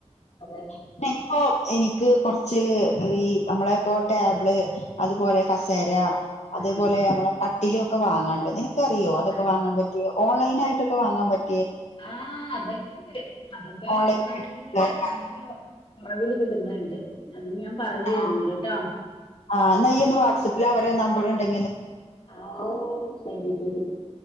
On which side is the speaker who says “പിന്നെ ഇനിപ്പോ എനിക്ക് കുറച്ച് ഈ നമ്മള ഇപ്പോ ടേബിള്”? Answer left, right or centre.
Left